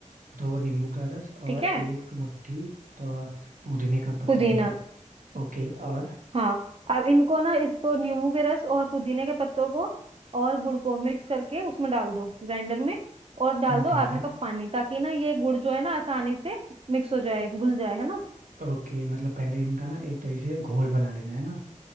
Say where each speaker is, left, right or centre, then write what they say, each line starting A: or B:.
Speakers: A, on the right; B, on the right.
A: दो नींबू का रस
B: ठीक
A: और
B: है
A: एक मुट्ठी प- पुदीने का पत्ता
B: पुदीना
A: ठीक है ओके और
B: हाँ अब इनको ना इसको नींबू के रस और पुदीने के पत्तों को और गुड़ को मिक्स करके उसमें डाल दो ग्राइंडर में और डाल
A: हाँ
B: दो
A: ठीक
B: आधा
A: है
B: कप पानी ताकि ना ये गुड़ जो है ना आसानी से मिक्स हो जाए घुल जाए है ना
A: ओके मतलब पहले इनका ना एक तरीके से घोल बना लेना है ना